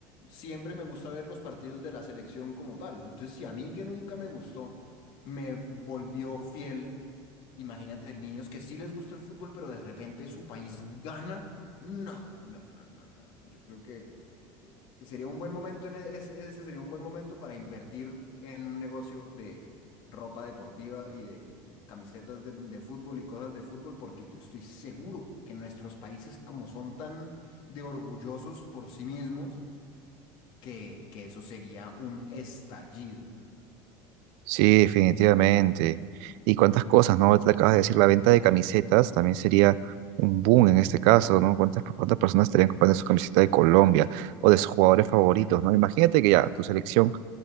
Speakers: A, on the left (about 60°); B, on the right (about 65°).
A: siempre me gusta ver los partidos de la selección como tal. Entonces, si a mí que nunca me gustó, me volvió fiel Imagínate, niños que sí les gusta el fútbol, pero de repente su país gana. No, no, no, no, no. no. Yo creo que sería un buen momento, en e- ese, ese sería un buen momento para invertir en un negocio de ropa deportiva y de camisetas de, de fútbol y cosas de fútbol, porque yo estoy seguro que nuestros países, como son tan de orgullosos por sí mismos, que, que eso sería un estallido.
B: Sí, definitivamente. Y cuántas cosas, ¿no? Te acabas de decir, la venta de camisetas también sería un boom en este caso, ¿no? ¿Cuántas, cuántas personas estarían comprando su camiseta de Colombia o de sus jugadores favoritos, ¿no? Imagínate que ya tu selección,